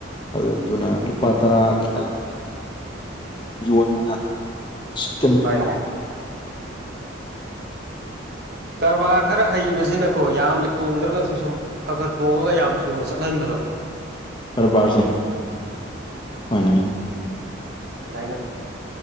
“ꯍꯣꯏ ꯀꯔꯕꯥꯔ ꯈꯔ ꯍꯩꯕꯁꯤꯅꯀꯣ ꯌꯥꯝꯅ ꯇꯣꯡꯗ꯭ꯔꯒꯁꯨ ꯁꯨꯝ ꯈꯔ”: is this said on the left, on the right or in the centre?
Right